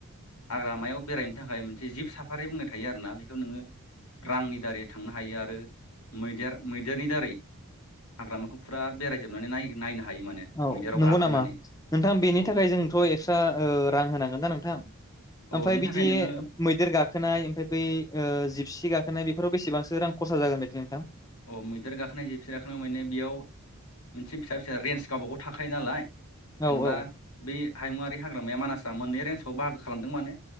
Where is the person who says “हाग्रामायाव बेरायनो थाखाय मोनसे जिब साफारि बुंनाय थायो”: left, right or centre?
Left